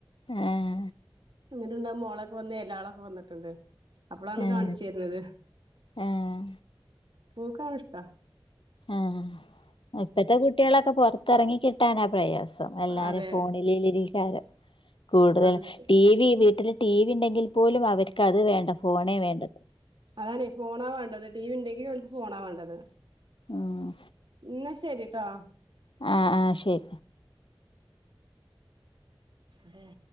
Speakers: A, on the left; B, on the right.
A: ഏഹ്
B: എന്നിട്ട്ണ്ടാവും മൊളക്കെ വന്ന് എലളാക്കെ വന്ന്ട്ട്ണ്ട് അപ്പോളാണ്
A: ആഹ്
B: കാൺച്ചര്ന്നത്.
A: ആഹ്
B: പൂക്കങ്ങനെ ഷ്ടാ.
A: ആഹ് ഇപ്പഴത്തെ കുട്ട്യളക്കെ പൊർത്തറങ്ങി കിട്ടാനാ പ്രയാസം. എല്ലാരേ
B: അതെ
A: ഫോണിലിലിരിക്കാരം കൂടുതൽ
B: അതെ അതെ
A: ടി വി വീട്ടിൽ ടി വി ണ്ടെങ്കിൽ പോലും അവർക്ക് അത് വേണ്ട ഫോണേ വേണ്ടത്.
B: അതാണേ ഫോണാ വാണ്ടത് ടി വി ണ്ടെങ്കി ഓൽക്ക് ഫോണാ വാണ്ടത്.
A: ആഹ്
B: ന്ന ശരിട്ടോ.
A: ആഹ് ആഹ് ശരി
B: അതെ